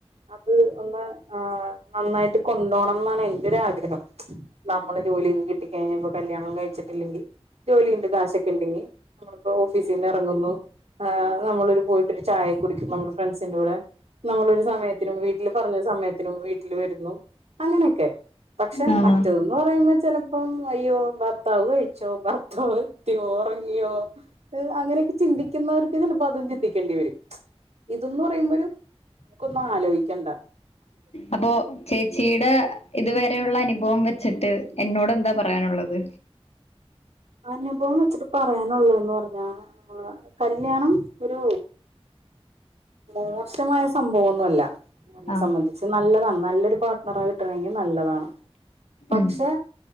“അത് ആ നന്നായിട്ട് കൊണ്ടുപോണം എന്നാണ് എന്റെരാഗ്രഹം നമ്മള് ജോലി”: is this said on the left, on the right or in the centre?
Right